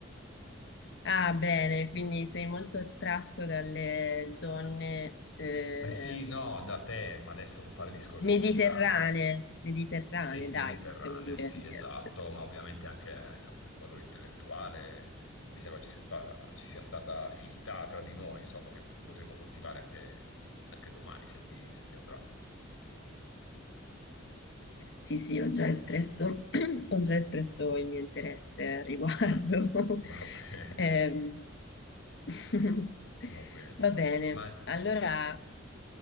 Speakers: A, on the left; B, on the left.
A: Ah, bene, quindi sei molto attratto dalle donne eh,
B: Eh sì, no, da te, ma adesso non fare discorsi
A: mediterranee,
B: in generale.
A: mediterranee,
B: Sì, mediterranee,
A: dai, possiamo dire
B: sì, esatto,
A: di essere.
B: ma ovviamente anche, eh, insomma, il valore intellettuale, mi sembra ci sia stata, ci sia stata affinità tra di noi, insomma, che potremo coltivare anche, anche domani, se ti, se ti andrà.
A: Sì, sì, ho già espresso, <clears throat> ho già espresso
B: Mm.
A: il mio interesse al riguardo.
B: Mm,
A: <laughs>
B: Va <laughs> bene,
A: Ehm, <laughs>
B: va bene.
A: Va bene,
B: Ma no,
A: allora,